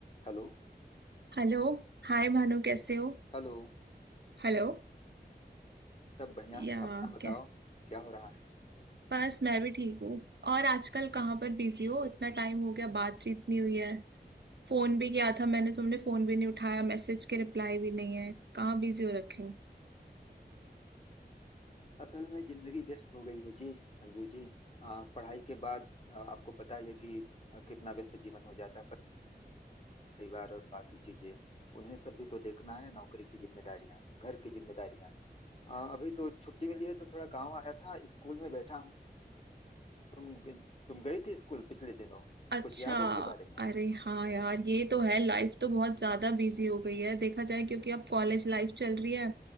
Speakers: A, on the left (about 35°); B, on the right (about 80°).
A: Hello
B: Hello Hi Bhanu कैसे हो
A: Hello
B: Hello
A: सब बढ़िया
B: या
A: अपना बताओ
B: कैसे
A: क्या हो रहा है
B: बस मैं भी ठीक हूँ और आजकल कहाँ पर बिजी हो इतना टाइम हो गया बातचीत नहीं हुई है फोन भी किया था मैंने तुमने फोन भी नहीं उठाया मैसेज के रिप्लाई भी नहीं है कहाँ बिजी हो रखे हो
A: असल में जिंदगी व्यस्त हो गई है जी अंजू जी आ, पढ़ाई के बाद आ, आपको पता ही है कि आ, कितना व्यस्त जीवन हो जाता है परिवार और बाकी चीजें उन्हें सब भी तो देखना है नौकरी की जिम्मेदारियां घर की जिम्मेदारियां आ, अभी तो छुट्टी मिली है तो थोड़ा गांव आया था स्कूल में बैठा हूँ तुम तुम गई थी स्कूल पिछले दिनों
B: अच्छा
A: कुछ याद है उसके बारे में
B: अरे हाँ यार ये तो है लाइफ तो बहुत ज्यादा बिजी हो गई है देखा जाए क्योंकि अब कॉलेज लाइफ चल रही है